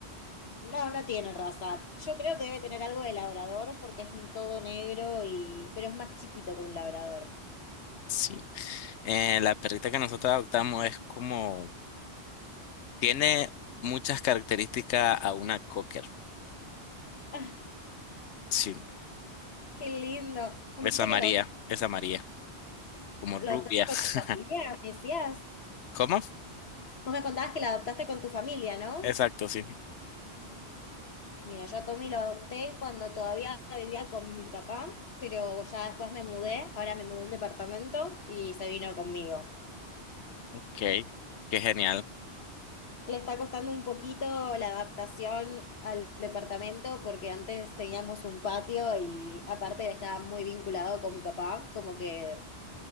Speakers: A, on the left; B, on the left.
A: No, no tiene raza. Yo creo que debe tener algo de labrador porque es todo negro y... pero es más chiquito que un labrador.
B: Sí, eh, la perrita que nosotros adoptamos es como, tiene muchas características a una cocker.
A: <laughs>
B: Sí,
A: Qué lindo. Como
B: es
A: dijiste
B: amarilla,
A: que lo,
B: es amarilla, como
A: lo
B: rubia.
A: adoptaste
B: <laughs>
A: con tu familia, me decías.
B: ¿Cómo?
A: Vos me contabas que la adoptaste con tu familia, ¿no?
B: Exacto, sí.
A: Mira, yo a Tommy lo adopté cuando todavía vivía con mi papá, pero ya después me mudé, ahora me mudé a un departamento y se vino conmigo.
B: Ok, qué genial.
A: Le está costando un poquito la adaptación al departamento porque antes teníamos un patio y aparte él estaba muy vinculado con mi papá, como que